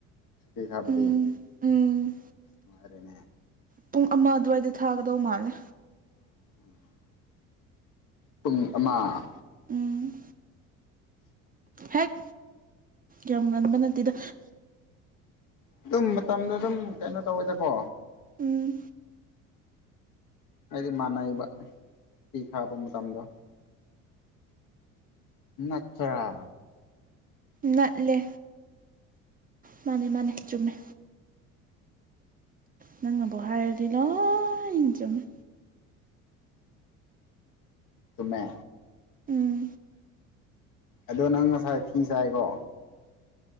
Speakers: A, on the left; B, on the right.
A: ꯏ ꯈꯥꯞꯄꯗꯤ
B: ꯎꯝ ꯎꯝ
A: ꯅꯨꯡꯉꯥꯏꯔꯦꯅꯦ
B: ꯄꯨꯡ ꯑꯃ ꯑꯗꯨꯋꯥꯏꯗ ꯊꯥꯒꯗꯧ ꯃꯥꯜꯂꯦ
A: <inaudible> ꯄꯨꯡ ꯑꯃ
B: ꯎꯝ ꯍꯦꯛ ꯌꯥꯝ ꯉꯟꯕ ꯅꯠꯇꯦꯗ
A: ꯑꯗꯨꯝ ꯃꯇꯝꯗꯣ ꯑꯗꯨꯝ ꯀꯩꯅꯣ ꯇꯧꯋꯦꯗ ꯀꯣ
B: ꯎꯝ
A: ꯍꯥꯏꯗꯤ ꯃꯥꯟꯅꯩꯕ ꯇꯤ ꯊꯥꯕ ꯃꯇꯝꯗꯣ ꯅꯠ ꯊꯔꯥ
B: ꯅꯠꯂꯦ ꯃꯥꯅꯦ ꯃꯥꯅꯦ ꯆꯨꯝꯃꯦ ꯅꯪꯅꯕꯨ ꯍꯥꯏꯔꯗꯤ ꯂꯣꯏꯅ ꯆꯨꯝꯃꯦ
A: ꯆꯨꯝꯃꯦ
B: ꯎꯝ
A: ꯑꯗꯣ ꯅꯪ ꯉꯁꯥꯏ ꯐꯤ ꯁꯥꯏꯔꯣ